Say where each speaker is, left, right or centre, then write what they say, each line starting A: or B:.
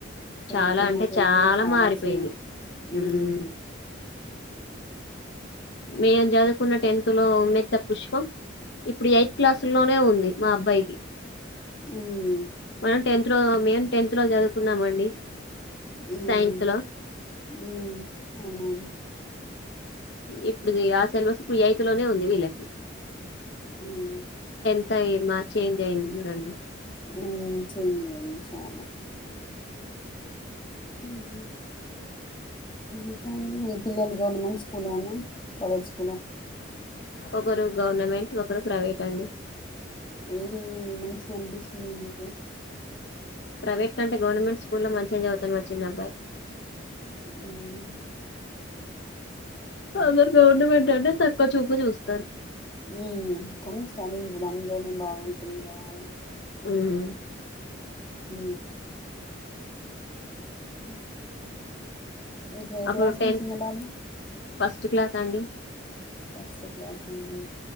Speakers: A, on the left; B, on the left.
A: పెరుగుతున్న
B: చాలా అంటే
A: కొద్దీ చాలా
B: మారిపోయింది
A: చేంజ్
B: ఉమ్
A: మ్
B: మేం చదువుకున్న టెన్త్ లో ఉమ్మెత్త పుష్పం ఇప్పుడు ఎయిత్ క్లాసు లోనే ఉంది మా అబ్బాయికి కీ
A: హ్మ్
B: మ టెన్త్ లో మేము టెన్త్ లో చదువుకున్నామండి
A: ఉమ్
B: సైన్స్ లో
A: ఉమ్ అవునవును
B: ఇప్పుడు ఆ సెలబస్ ఇప్పుడు ఎయితులోనే ఉంది వీళ్ళకి
A: అవును
B: టాయ్ మా చేంజ్ అయింది చూడండి
A: ఉమ్ చేంజ్ అయ్యాయి చాలా ఉహూ ఇంకా అండీ మీ పిల్లలు గవర్నమెంట్ స్కూల్ అండి గవర్నమెంట్ స్కూల
B: ఒకరు గవర్నమెంట్ ఒకరు ప్రైవేట్ అండి
A: ఏది మంచిగా అనిపిస్తుంది మీకు
B: ప్రైవేట్ కంటే గవర్మెం స్కూల్ల్లో మంచిగ చదువుతండు మ చిన్నబ్బాయి
A: ఉమ్
B: అందరు గవర్నమెంట్ అంటే తక్కువ చూపు చూస్తారు
A: ఉ కని స్టడీ ఇప్పుడు అందులోనే బాగుంటుంది కదా అండి
B: ఉమ్
A: ఊ అ ఇప్పుడు ఏ
B: అప్పుడు
A: క్లాస్
B: టెన్త్
A: మీ చిన్న బాబు
B: ఫస్ట్ క్లాస్ అండి
A: ఫస్ట్ క్లాస్ ఏండి.